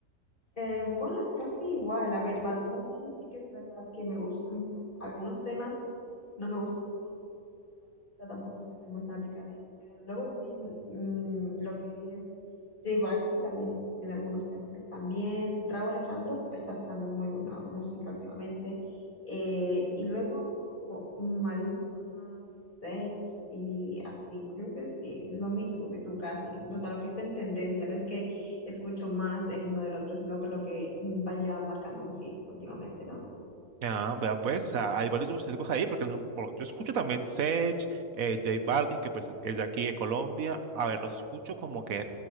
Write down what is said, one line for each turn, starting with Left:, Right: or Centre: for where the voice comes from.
Left: Eh, bueno, casi igual. A ver, Bad Bunny sí que es verdad que me gustan algunos temas, no me gustan todos. Como artista tampoco es que soy muy fanática de él. Pero luego también mm, lo que es J Balvin también tiene algunos temas que están bien. Rauw Alejandro está sacando muy buena música últimamente. Eh, y luego Maluma, Sech y así. Creo que sí, lo mismo que tú casi. O sea, lo que está en tendencia. No es que escucho más el uno del otro, sino que lo que vaya marcando un hit últimamente, ¿no?
Right: Ah, vea pues, o sea, hay varios gustos ahí, porque son- bueno, yo escucho también Sech, eh, J Balvin, que pues es de aquí de Colombia. A ver, los escucho como que